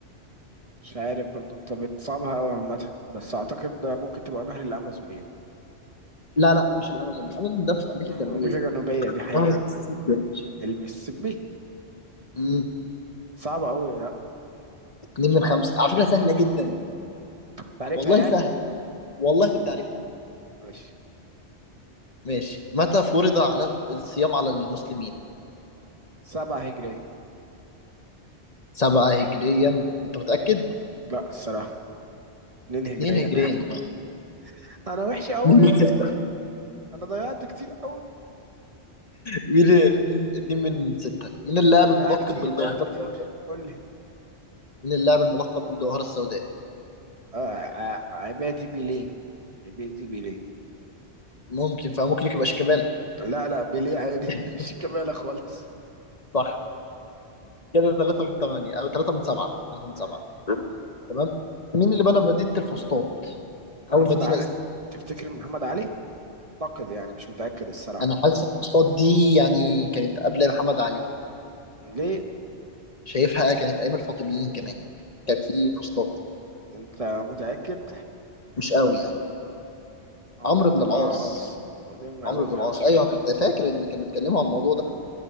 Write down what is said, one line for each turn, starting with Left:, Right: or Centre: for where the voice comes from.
Right: مش عارف برضه أنت بتصعبها أوي عامة بس أعتقد ده ممكن تبقى نهر الأمازون يعني
Left: لا لا مش الامازون الامازون ده في امريكا
Right: أمريكا
Left: الجنوبيه
Right: الجنوبية دي حقيقة
Left: نهر المسيسيبي يا باشا
Right: المسيسيبي
Left: امم
Right: صعبة أوي لا
Left: اتنين
Right: مش
Left: من
Right: عارف
Left: خمسه على فكره سهله جدا
Right: أنت كنت عارفها
Left: والله
Right: يعني
Left: سهل والله كنت عارفها
Right: ماشي
Left: ماشي متى فرض على الصيام على المسلمين
Right: سبعة هجرية
Left: سبعة هجريا انت متأكد؟
Right: لا الصراحة اتنين
Left: اتنين
Right: هجرية
Left: هجريا
Right: <laughs> أنا وحش أوي
Left: اتنين من ستة
Right: أنا ضيعت كتير أوي
Left: مين من اتنين من ستة من اللاعب الملقب
Right: ضيعت كتير
Left: بالجوهرة
Right: ضيعت كتير
Left: السوداء
Right: قول لي
Left: من اللاعب الملقب بالجوهرة السوداء
Right: آه ع- عبادي بيليه عبادي بيليه
Left: ممكن فممكن يبقى شيكابالا
Right: لا لا بيليه عادي <laughs>
Left: <laughs>
Right: مش كمالة خالص
Left: صح كده 3 من 8 او 3 من 7 3 من
Right: مم.
Left: 7 تمام مين اللي بنى مدينة الفسطاط
Right: محمد
Left: اول مدينة
Right: علي
Left: اسم
Right: تفتكر محمد علي؟ أعتقد يعني مش متأكد الصراحة
Left: انا حاسس الفسطاط دي يعني كانت قبل محمد علي
Right: ليه؟
Left: شايفها كانت ايام الفاطميين كمان كان في فسطاط
Right: أنت متأكد؟
Left: مش قوي يعني
Right: عمرو
Left: عمرو
Right: بن
Left: بن
Right: العاص
Left: العاص
Right: قديم أوي
Left: عمرو بن
Right: فعلا
Left: العاص ايوه كنت فاكر ان كانوا اتكلموا عن الموضوع ده